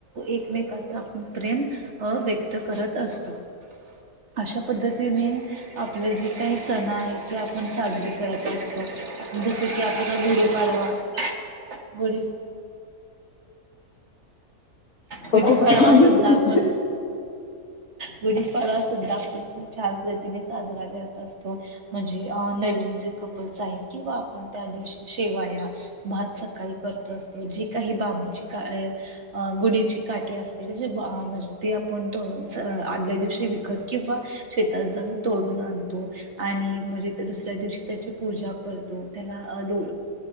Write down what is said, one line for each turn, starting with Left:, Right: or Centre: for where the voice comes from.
Right: एकमेकाचा आपण प्रेम व्यक्त करत असतो अशा पद्धतीने आपलं जे काही सण आहे ते आपण साजरीे करत असतो जसं की आपल्याला गुढीपाडवा
Left: ह
Right: बडी गुढीपाडवा
Left: खूप छान <inaudible>
Right: सुद्धा आपण गुढीपाडवा सुद्धा आपण खूप छान पद्तीने साजरा करत असतो. म्हणजे अ नवीन जे कपल्स आहे किंवा आपण त्या दिवशी शेवाया भात सकाळी करत असतो जी काही बाबूची काळे गुढीची काटी असते जे म्हणजे ते आपण तोडून आदल्या दिवशी विकत किंवा शेतात जाऊन तोडून आणतो आणि म्हणजे दुसऱ्या दिवशी त्याची पूजा करतो त्याला लो